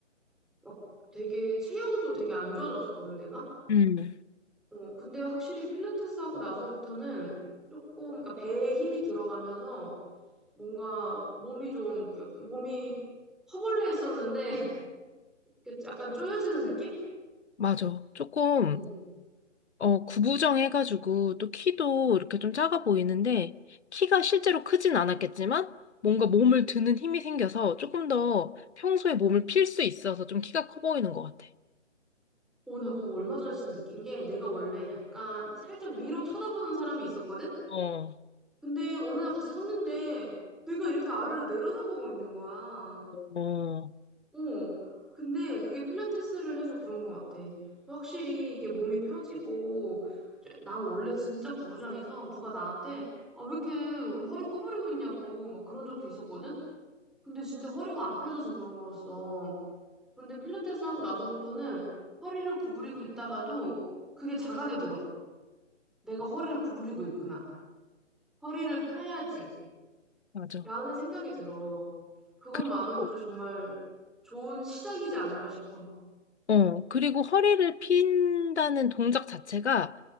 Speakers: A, in the centre; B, on the left.
A: 막 되게 체형도 되게 안 좋아졌었거든 내가.
B: 음,
A: 어 근데 확실히 필라테스 하고 나서부터는 조금 그러니까 배에 힘이 들어가면서 뭔가 몸이 좀, 이렇게 몸이 허벌레했었는데, <laughs> 이렇게 약간 쪼여지는 느낌?
B: 맞아. 조금
A: 어.
B: 어, 구부정 해가지고 또 키도 이렇게 좀 작아 보이는데 키가 실제로 크진 않았겠지만 뭔가 몸을 드는 힘이 생겨서 조금 더 평소에 몸을 필 수 있어서 좀 키가 커 보이는 것 같아.
A: 오, 나 그거 얼마 전에 진짜 느낀 게 내가 원래 약간 살짝 위로 쳐다보는 사람이 있었거든?
B: 어,
A: 근데 어느 날 같이 섰는데 내가 이렇게 아래로 내려다보고 있는 거야.
B: 어,
A: 어. 근데 그게 필라테스를 해서 그런 것 같아. 확실히 이게 몸이 펴지고, 쟤- 난 원래 진짜 구부정해서 누가 나한테 아, 왜 이렇게 허리 구부리고 있냐고 막 그런 적도 있었거든? 근데 진짜 허리가 안 펴져서 그런 거였어. 근데 필라테스 하고 나서부터는 허리를 구부리고 있다가도 그게 자각이 들어. 내가 허리를 구부리고 있구나. 허리를 펴야지.
B: 맞아.
A: 라는 생각이 들어. 그것만으로도
B: 그리고,
A: 정말 좋은 시작이지 않을까 싶어.
B: 어, 그리고 허리를 핀다는 동작 자체가